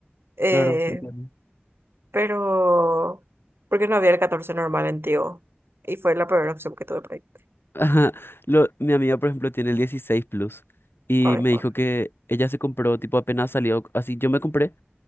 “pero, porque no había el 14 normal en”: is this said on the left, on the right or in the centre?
Right